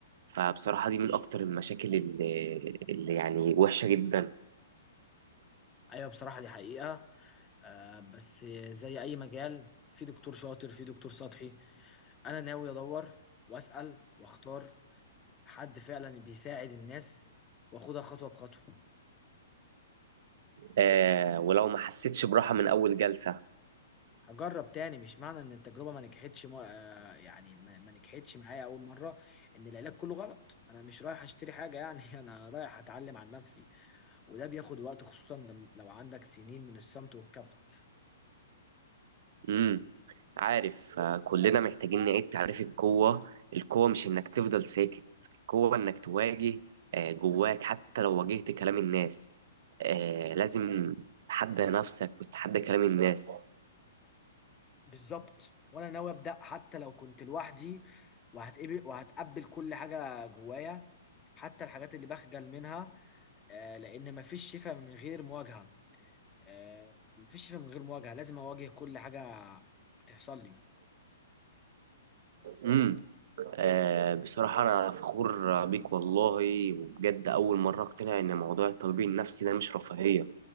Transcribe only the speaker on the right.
فبصراحة دي من أكتر المشاكل اللي, اللي يعني وحشة جدا
آه ولو ما حسيتش براحة من أول جلسة
مم. عارف آه، كلنا محتاجين نعيد تعريف القوة القوة مش إنك تفضل ساكت القوة إنك تواجه آه، جواك حتى لو واجهت كلام الناس آه، لازم تتحدى نفسك وتتحدى كلام الناس
امم آه، بصراحة أنا فخور بيك والله وبجد أول مرة أقتنع إن موضوع الطبيب النفسي ده مش رفاهية